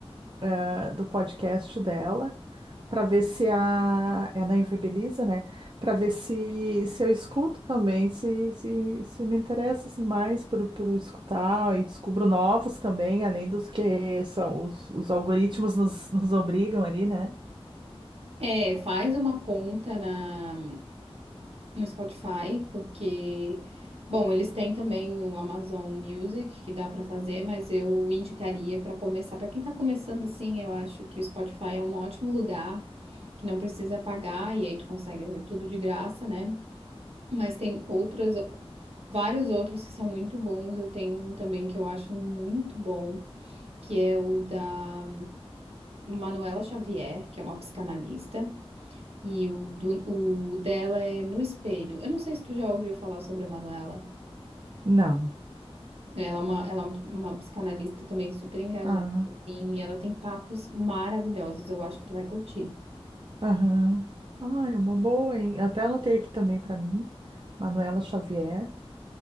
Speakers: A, on the right; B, on the right.
A: eh, do podcast dela. para ver se a é na Invibiliza, né? Para ver se, se eu escuto também, se, se, se me interessa assim mais por, por escutar e descubro novos também, além dos que são os, os algoritmos nos, nos obrigam ali, né?
B: É, faz uma conta na, no Spotify, porque, bom, eles têm também o Amazon Music, que dá para fazer, mas eu indicaria para começar. Para quem está começando assim, eu acho que o Spotify é um ótimo lugar, que não precisa pagar, e aí tu consegue ouvir tudo de graça, né? Mas tem outros, vários outros que são muito bons. Eu tenho um também que eu acho muito bom que é o da Manuela Xavier, que é uma psicanalista, e o, do, o dela é No Espelho. Eu não sei se tu já ouviu falar sobre a Manuela.
A: Não.
B: Ela é uma, ela é uma psicanalista também super engajada,
A: Ah,
B: assim, e ela tem papos maravilhosos, eu acho que tu vai curtir.
A: aham. Ah, é uma boa, hein? Até anotei aqui também para mim, Manuela Xavier.